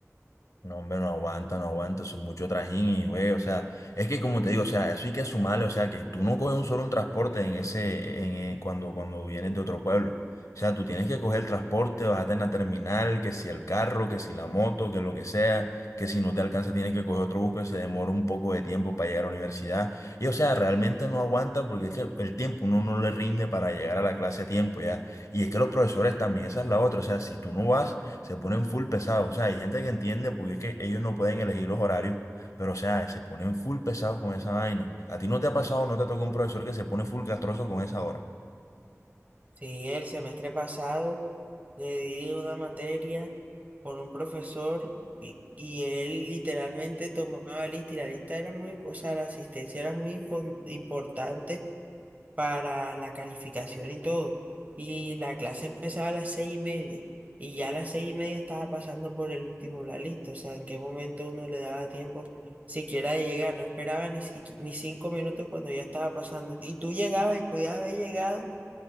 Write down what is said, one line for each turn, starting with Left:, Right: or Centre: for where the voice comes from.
Left: No, hombre, no aguanta, no aguanta, eso es mucho trajín y güey, o sea, es que como te digo, o sea, eso hay que sumarle, o sea, que tú no coges un solo un transporte en ese, en, eh, cuando, cuando vienes de otro pueblo. O sea, tú tienes que coger el transporte, bajarte en la terminal, que si el carro, que si la moto, que lo que sea, que si no te alcanza tienes que coger otro bus que se demora un poco de tiempo para llegar a la universidad. Y o sea, realmente no aguanta porque es que el tiempo uno no le rinde para llegar a la clase a tiempo ya. Y es que los profesores también, esa es la otra, o sea, si tú no vas se ponen full pesados. O sea, hay gente que entiende porque es que ellos no pueden elegir los horarios, pero o sea, se ponen full pesados con esa vaina. ¿A ti no te ha pasado, no te ha tocado un profesor que se pone full castroso con esa hora?
Right: Sí, el semestre pasado le di una materia con un profesor y, y él literalmente tomaba lista y la lista era muy, o sea, la asistencia era muy impor- importante para la calificación y todo. Y la clase empezaba a las seis y media. Y ya a las seis y media estaba pasando por el último de la lista. O sea, en qué momento uno le daba tiempo siquiera de llegar. No esperaba ni, siqui- ni cinco minutos cuando ya estaba pasando. Y tú llegabas y podías haber llegado